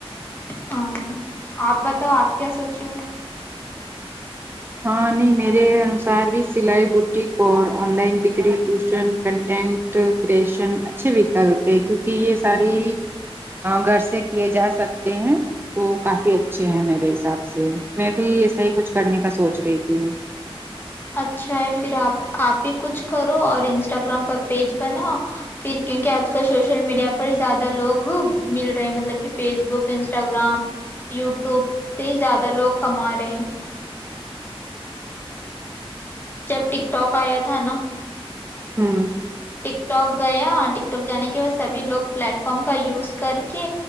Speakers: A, on the left; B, on the right.
A: ہاں آپ بتاؤ آپ کیا سوچے <unintelligible>
B: ہاں نہیں میرے انوسار بھی سلائی بٹی اور آن لائن بکری ٹیوشن کنٹینٹ کرشن اچھے وکلپ ہے کیوںکہ یہ ساری گھر سے کیے جا سکتے ہیں تو کافی اچھے ہیں میرے حساب سے میں بھی ایسا ہی کچھ کرنے کا سوچ چ رہی ت ہے
A: اچھا ہے پھر آپ آپ بھی کچھ کرو اور انسٹاگررام پر پیج بناؤ پھر کیونکہ آج کل سوشل میڈیا پر ہی زیادہ لوگ مل رہے مطلب کہ فیس بک انسٹاگررام یوٹیوب سے ہی زیادہ لوگ کما رہے ہیں جب ٹک ٹاک آیا تھا نا
B: ہاں
A: ٹک ٹاک گیا ٹک جانے کے بعد سبھی لوگ پلیٹ فارم کا یوز کر کے